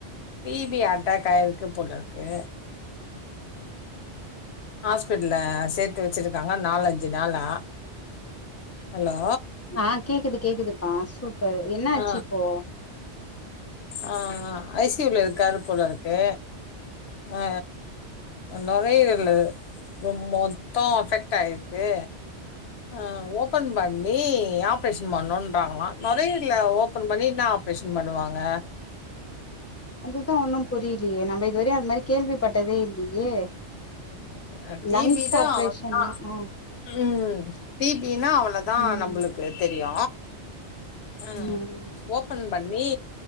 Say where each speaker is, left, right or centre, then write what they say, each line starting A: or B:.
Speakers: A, on the left; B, on the left.
A: டி பி அட்டாக் ஆய்ருக்கு போல இருக்கு ஹாஸ்பிட்ல சேத்து வச்சிருக்காங்க நாலஞ்சு நாளா ஹலோ
B: ஆ கேக்குது கேக்குதுபா சூப்பர் என்னாச்சு
A: ஆ
B: இப்போ
A: ஆ ஐ சி யூ ல இருக்காரு போல இருக்கு ஆ நொரையீரலு அது மொத்தோ அஃபெக்ட் ஆய்ர்க்கு ஆ ஓபன் பண்ணி ஆப்ரேஷன் பண்ணுன்றாங்ளா நொரையீர்ல ஓபன் பண்ணி நாப் ப்ரேஷன் பண்ணுவாங்க
B: அதுதா ஒன்னு புரிலையே நம்ம இதுவரையு அது மாரி கேள்விப்பட்டதே இல்லையே
A: அ டிபி
B: லங்ஸ்
A: தான்
B: ஆப்ரேஷனா
A: அவ்வளதான்.
B: ஆ
A: ம் டி பி னா அவுளோதா
B: ம்
A: நம்மளுக்கு தெரியு ஆ
B: ம்
A: ஓபன் பண்ணி